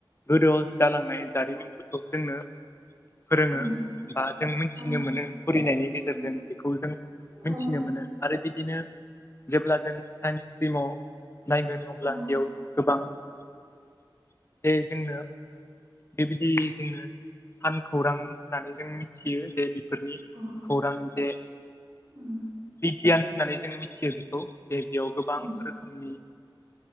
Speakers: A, on the left; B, on the right.
A: गोदोआव जालांनाय जारिमिनफोरखौ जोंनो फोरोङो
B: उम
A: बा जों मिथिनो
B: अ
A: मोनो फरिनायनि गेजेरजों
B: उम
A: खौ जों मिथिनो
B: अ
A: मोनो आरो बिदिनो जेब्ला जों साइन्स स्ट्रिमाव नायगोन अब्ला
B: अ
A: बेयाव गोबां जे जोंनो बे बेदि जोङो सान खौरां होननानै जों मिथियो जे बि बेफोरनि
B: अ
A: खौरां जे
B: उम
A: गियान होननानै जों मिथियो बेखौ जे बेयाव गोबां
B: उम
A: रोखोम खोमनि